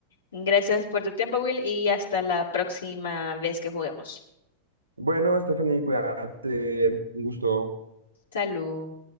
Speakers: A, on the left; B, on the right.
A: gracias por tu tiempo, Will, y hasta la próxima vez que juguemos.
B: Bueno, Stephanie, cuídate, un gusto.
A: Salud.